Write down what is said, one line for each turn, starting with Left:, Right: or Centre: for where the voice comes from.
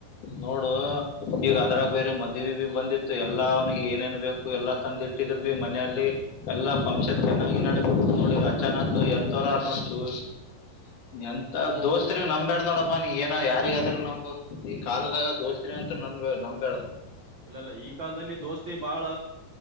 Left: ನೋಡು ಈಗ ಅದ್ರಾಗ ಬೇರೆ ಮದ್ವಿಬಿ ಬಂದಿತ್ತು ಎಲ್ಲ ಅವನಿಗ ಏನೇಏನ್ ಬೇಕು ಎಲ್ಲ ತಂದ್ ಇಟ್ಟಿದ್ರುಬಿ ಮನ್ಯ ಇಲ್ಲಿ ಎಲ್ಲಾ ಫಂಕ್ಷನ್ ಚೆನ್ನಾಗಿ ನಡೆ ನೋಡಿ ಅಚಾನಕ್ ಎಂತೋರ ಆರ್ ನೋಡ್ ಚು ಎಂತ
Right: ಹೌದು
Left: ದೋಸ್ತರಿಗ್ ನಂಬಬ್ಯಾಡ ನೋಡಪ್ಪಾ ನೀ ಏನ ಯಾರಿಗ ಅದ್ರ ನಂಬ. ಈ ಕಾಲದಾಗ ದೋಸ್ತರಿಗ್ ಅಂತ್ರು ನನ್ ನಂಬ್ಯಾಡ್.
Right: ಇಲ್ಲಲ್ಲ ಈ ಕಾಲದಲ್ಲಿ ದೋಸ್ತಿ ಬಾಳ